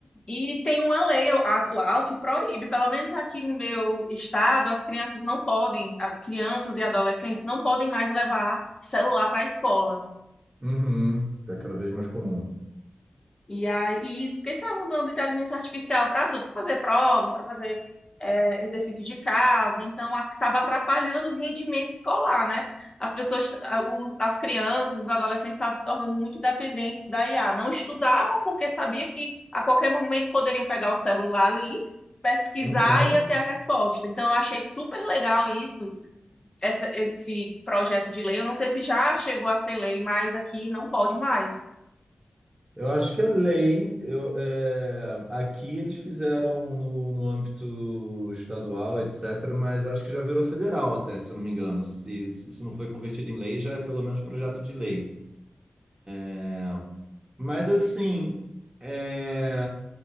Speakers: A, on the left (about 30°); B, on the right (about 30°).
A: E tem uma lei atual que proíbe, pelo menos aqui no meu estado, as crianças não podem, as crianças e adolescentes não podem mais levar celular para a escola.
B: Uhum. É cada vez mais comum.
A: E aí, porque estavam usando inteligência artificial para tudo, para fazer prova, para fazer é, exercício de casa, então estava atrapalhando o rendimento escolar, né? As pessoas, a- o- as crianças, os adolescentes estavam se tornando muito dependentes da IA. Não estudavam porque sabia que a qualquer momento poderiam pegar o celular ali, pesquisar
B: Uhum.
A: e ia ter a resposta. Então, eu achei super legal isso, essa- esse projeto de lei. Eu não sei se já chegou a ser lei, mas aqui não pode mais.
B: Eu acho que é lei. Eu, é, aqui eles fizeram no, no âmbito estadual, etc., mas acho que já virou federal até, se eu não me engano. Se, se não foi convertido em lei, já é pelo menos projeto de lei. É, Mas assim, é,